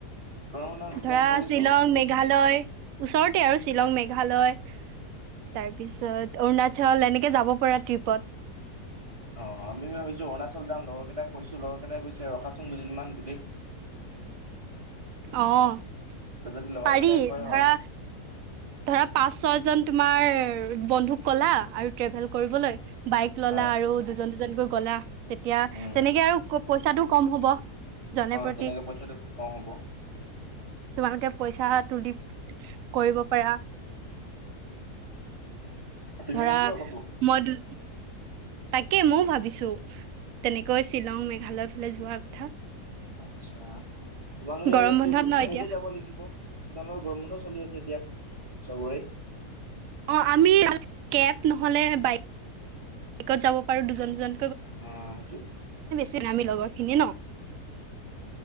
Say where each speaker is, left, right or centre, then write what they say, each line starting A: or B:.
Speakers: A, on the right; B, on the right.
A: গৰম বন্ধৰ প্লেন
B: ধৰা
A: কৰিছো।
B: শ্বিলং, মেঘালয় ওচৰতে আৰু শ্বিলং, মেঘালয়। তাৰপিছত অৰুণাচল এনেকে যাব পৰা ট্ৰিপত।
A: অ', আমি ভাবিছোঁ, অৰুণাচল যাম, লগৰকেইটাক কৈছোঁ, লগৰকেইটাই কৈছে ৰখাচোন দুদিনমান বুলি। <inaudible>
B: অ',
A: যদি লগৰ
B: পাৰি,
A: কেইটাই কয় হও
B: ধৰা ধৰা পাঁচ ছয়জন তোমাৰ বন্ধুক ক'লা আৰু ট্ৰেভেল কৰিবলৈ, বাইক ল'লা
A: হয়
B: আৰু দুজন দুজনকৈ গ'লা, তেতিয়া
A: উম
B: তেনেকে আৰু পইচাটোও কম হ'ব। জনে
A: অ',
B: প্ৰতি
A: তেনেকে পইচাটো কম হ'ব।
B: তোমালোকে পইচা তুলি কৰিব পাৰা।
A: তুমি
B: ধৰা
A: নোযোৱা ক'তো?
B: মই দু তাকেই, ময়ো ভাবিছোঁ, তেনেকৈ শ্বিলং মেঘালয়ৰ ফালে যোৱাৰ কথা।
A: আচ্ছা, তোমালোকেটো
B: গৰম বন্ধত ন
A: হেৰিতে
B: এতিয়া
A: যাব লাগিব। দোকানৰ গৰমবন্ধ চলি আছে এতিয়া, চবৰে।
B: অ আমি কেব নহ'লে বাইক, বাইকত যাব পাৰো দুজন দুজন
A: অ', সেইটোৱেই।
B: নামি লগৰ খিনি ন